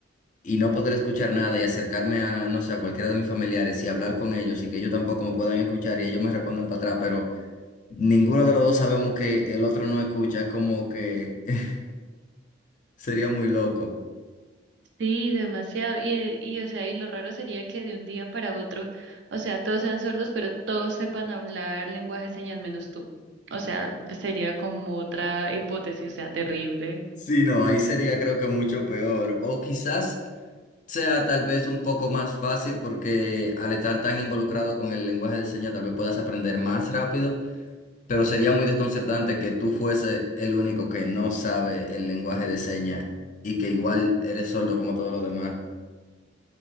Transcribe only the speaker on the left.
y no poder escuchar nada y acercarme a, no sé, a cualquiera de mis familiares y hablar con ellos y que ellos tampoco me puedan escuchar y ellos me respondan para atrás, pero ninguno de los dos sabemos que el otro no escucha, es como que <laughs> sería muy loco.
Sí, no, ahí sería creo que mucho peor. O quizás sea tal vez un poco más fácil porque al estar tan involucrado con el lenguaje de señas tal vez puedas aprender más rápido Pero sería muy desconcertante que tú fuese el único que no sabe el lenguaje de señas y que igual eres sordo como todos los demás.